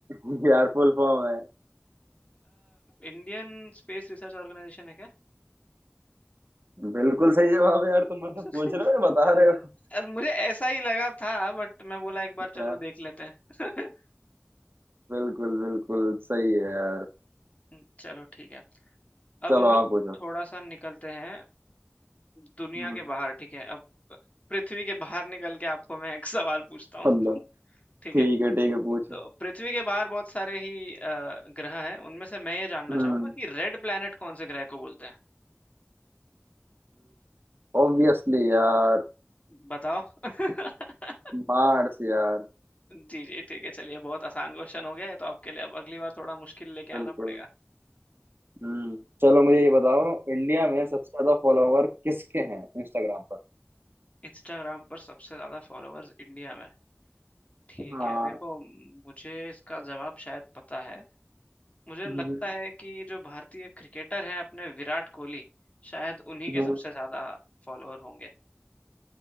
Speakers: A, on the right; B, on the left.
A: मैं <laughs> यार फुल फॉर्म है
B: इंडियन स्पेस रिसर्च ऑर्गेनाइजेशन है क्या
A: बिल्कुल सही जवाब है यार तुम मुझसे
B: <laughs>
A: पूछ रहे हो या बता रहे हो
B: अ, मुझे ऐसा ही लगा था बट मैं बोला एक बार चलो
A: हाँ,
B: देख लेते हैं
A: बिल्कुल बिल्कुल सही है यार
B: <laughs> चलो ठीक है अब
A: चलो
B: हम लोग
A: आप पूछो
B: थोड़ा सा निकलते हैं दुनिया
A: हम्म
B: के बाहर ठीक है अब पृथ्वी के बाहर निकल के आपको मैं एक सवाल पूछता हूँ
A: अल्लाह
B: <laughs> ठीक
A: ठीक
B: है
A: है ठीक है पूछो
B: तो पृथ्वी के बाहर बहुत सारे ही अ, ग्रह हैं उनमें से मैं ये जानना
A: हम्म
B: चाहूंगा कि रेड प्लैनेट कौन से ग्रह को बोलते हैं
A: ऑब्वियसली यार
B: बताओ <laughs>
A: मार्स यार
B: जी जी ठीक है चलिए बहुत आसान क्वेश्चन हो गया है तो आपके लिए अब अगली बार थोड़ा मुश्किल लेके
A: बिल्कुल
B: आना पड़ेगा
A: हम्म चलो मुझे ये बताओ इंडिया
B: हम्म
A: में सबसे ज्यादा फॉलोवर किसके हैं इंस्टाग्राम पर
B: इंस्टाग्राम पर सबसे ज्यादा फॉलोअर्स इंडिया में ठीक
A: हाँ
B: है देखो मुझे इसका जवाब शायद पता है मुझे
A: हम्म,
B: लगता है कि जो भारतीय क्रिकेटर हैं अपने विराट कोहली शायद उन्हीं
A: हम्म।
B: के सबसे ज्यादा फॉलोअर होंगे